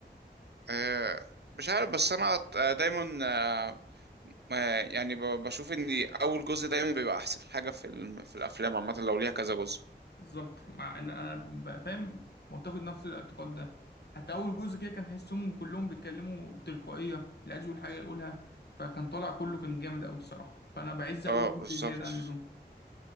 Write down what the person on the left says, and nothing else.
بالظبط مع ان انا بقى فاهم معتقد نفس الاعتقاد ده حتى اول جزء كده كان تحسهم كلهم بيتكلموا بتلقائيه اللي عايز يقول حاجه يقولها فكان طالع كله كان جامد قوي الصراحه فانا بعز اول
جزء
زياده عن اللزوم